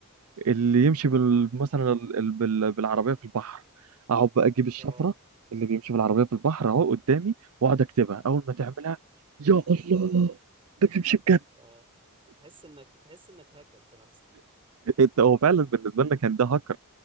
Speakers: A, on the right (about 75°); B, on the right (about 25°).
A: اللي يمشي بال... مثلا ال- ال- بال... بالعربيه في البحر اقعد بقى اجيب الشفره
B: اه
A: اللي بيمشي بالعربيه في البحر اهو قدامي واقعد اكتبها اول ما تعملها يا الله ده بيمشي بجد
B: اه تحس انك تحس انك هاكر في نفسك
A: انت هو فعلا بالنسبه لنا كان ده هاكر